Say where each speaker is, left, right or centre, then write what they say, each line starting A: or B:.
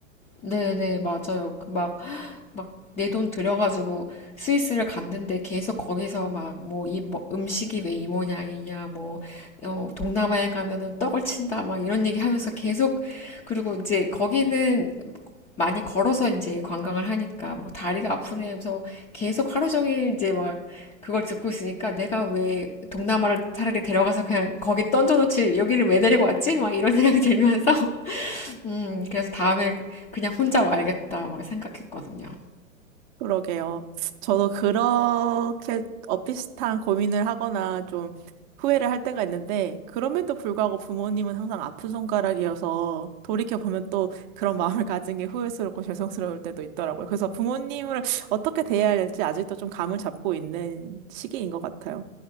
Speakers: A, on the left; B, on the right.
A: 네네, 맞아요. 그 막, 막, 내 돈 들여가지고 스위스를 갔는데 계속 거기서 막, 뭐, 이 뭐- 음식이 왜 이 모양이냐, 뭐, 어, 동남아에 가면은 떡을 친다, 막 이런 얘기 하면서 계속, 그리고 이제 거기는 많이 걸어서 이제 관광을 하니까 뭐 다리가 아프네 하면서 계속 하루 종일 이제 막 그걸 듣고 있으니까 내가 왜 동남아를 차라리 데려가서 그냥 거기 던져놓지 여기를 왜 데리고 왔지? 막 이런 생각이 들면서 <laughs> 음 그래서 다음에 그냥 혼자 와야겠다 막 생각했거든요.
B: 그러게요. 저도 그렇게 어 비슷한 고민을 하거나 좀 후회를 할 때가 있는데, 그럼에도 불구하고 부모님은 항상 아픈 손가락이어서 돌이켜보면 또 그런 마음을 가진 게 후회스럽고 죄송스러울 때도 있더라고요. 그래서 부모님을 어떻게 대해야 할지 아직도 좀 감을 잡고 있는 시기인 것 같아요.